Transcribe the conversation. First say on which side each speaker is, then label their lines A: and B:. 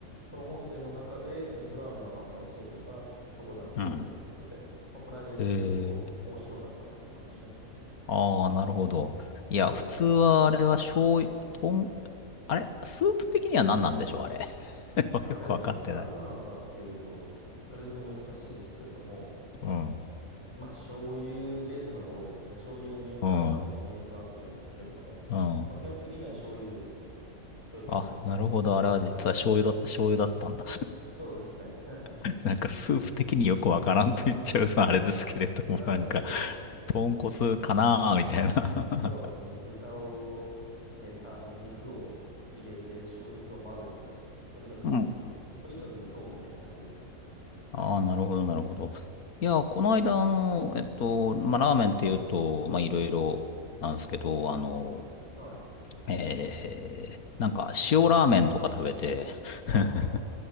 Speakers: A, on the left (about 20°); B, on the left (about 80°).
A: その本店の中で味噌ラーメンを販売しているのがそこだけっていうところで、
B: うん。
A: まあ、この間行って結構面白かったなと思いましたね。
B: ええああ、なるほど。いや、
A: そうですね。
B: 普通はあれは醤油、とん、あれスープ的には何なんでしょうあれ。<laughs>
A: あれはちょっと何なのかっていうのを、
B: よくわかってない。
A: あれと難しいんですけれども、
B: うん。
A: まあ醤油ベースのが多いですね。醤油乳化とか非乳化とか言うんですけれども、
B: うん。うん。
A: まあ基本的には醤油ベースですね。醤油豚骨かな。
B: あ、なるほど。あれは実は醤油だ、
A: はい。
B: 醤油だったんだ。
A: そうですね。<laughs>
B: <laughs> なんかスープ的によくわからんと言っちゃうさ、あれですけれども、
A: 確かにそうですね。
B: なんか、豚骨かなーみたいな。
A: そうですね。豚を、ね、ちゃ、肉を入れて、醤油と混ぜて、とにかく、
B: <laughs> うん。
A: とにかく煮込むみたいな感じですね。
B: <laughs> ああ、なるほど、なるほど。いや、この間、あの、えっと、まあ、ラーメンっていうと、まあ、いろいろなんですけど、あの、
A: はい、
B: えー、なんか塩ラーメンとか食べて
A: はい、
B: <laughs>
A: はい、